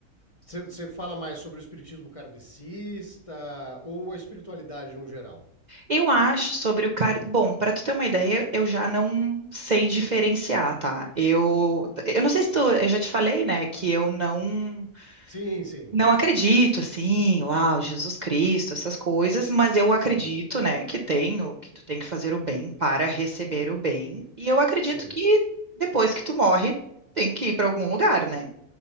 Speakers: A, on the left; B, on the right.
A: Você fala mais sobre o espiritismo kardecista ou a espiritualidade no geral?
B: Eu acho sobre o car... Bom, para tu ter uma ideia, eu já não sei diferenciar, tá? Eu, eu não sei se tu, eu já te falei, né, que eu não
A: Sim, sim,
B: não acredito assim, uau, Jesus Cristo, essas coisas, mas eu acredito,
A: sim,
B: né, que tenho, que tu tem que fazer o bem para receber o bem, e eu acredito
A: sim,
B: que depois que tu morre, tem que ir para algum lugar, né?